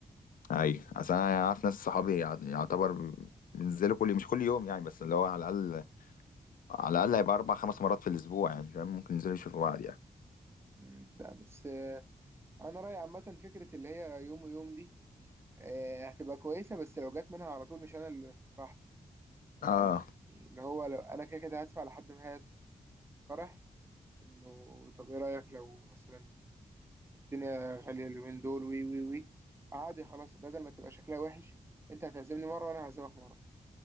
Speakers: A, on the left; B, on the right.
A: ايوه اصل انا يعني اعرف ناس صحابي يع- يعتبر بينزلوا كل مش كل يوم يعني بس اللي هو على الاقل على الاقل هيبقى اربع خمس مرات في الاسبوع يعني فاهم ممكن ينزلوا يشوفوا بعض يعني
B: مم، لا بس آه، انا رايي عامه فكره اللي هي يوم ويوم دي آه، هتبقى كويسه بس لو جت منها على طول مش انا اللي اقترحت يعني
A: اه
B: اللي هو لو انا كده كده هدفع لحد ما هي تقترح انه طب ايه رايك لو مثلا الدنيا غالية اليومين دول وي وي وي عادي خلاص بدل ما تبقى شكلها وحش انت هتعزمني مرة وانا هعزمك مرة